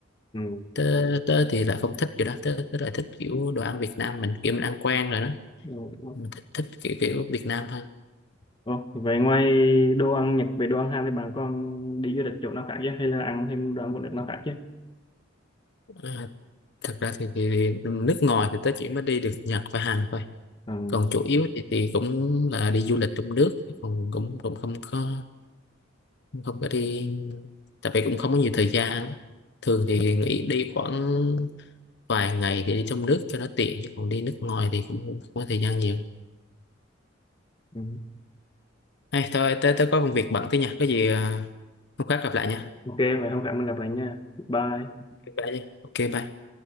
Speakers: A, on the left; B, on the left.
A: Ừ.
B: tớ, tớ thì lại không thích kiểu đó tớ, tớ lại thích kiểu đồ ăn Việt Nam mình kiểu mình ăn quen rồi đó
A: Ủa,
B: mình thích, thích kiểu kiểu Việt Nam hơn
A: ủa, vậy ngoài đồ ăn Nhật về đồ ăn Hàn thì bạn còn đi du lịch chỗ nào khác chứ hay là ăn thêm đồ ăn của nước nào khác chứ?
B: Ờ, thật ra thì, thì, thì nước ngoài thì tớ chỉ mới đi được Nhật và Hàn thôi
A: Ừ.
B: còn chủ yếu thì thì cũng là đi du lịch trong nước còn cũng cũng không có không có đi tại vì cũng không có nhiều thời gian á. thường thì nghỉ đi khoảng vài ngày để đi trong nước cho nó tiện chứ còn đi nước ngoài thì cũng không có thời gian nhiều
A: Ừ.
B: hay thôi tớ tớ có công việc bận tí nha có gì à, hôm khác gặp lại nha
A: Ok, vậy hôm khác mình gặp lại nha. Bye.
B: bye đi ok bye